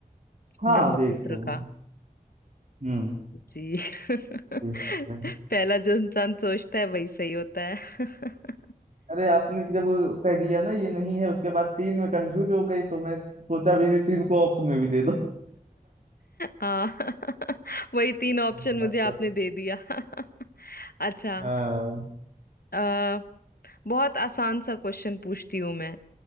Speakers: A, on the right; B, on the left.
A: हाँ
B: ब्रह्मपुत्र
A: वेग तो
B: का
A: हम्म
B: जी <laughs>
A: हम्म।
B: पहला जो इंसान सोचता है वही सही होता है <laughs>
A: अरे आपने जब वो कह दिया ना ये नहीं है उसके बाद तीन में कंफ्यूज हो गई तो मैं सोचा भी नहीं, तीन को ऑप्शन में भी दे दो
B: हाँ <laughs> वही तीन ऑप्शन
A: हाँ
B: मुझे
A: <laughs>
B: आपने
A: तो
B: दे दिया <laughs> अच्छा
A: हाँ
B: आ, बहुत आसान सा क्वेश्चन पूछती हूँ मैं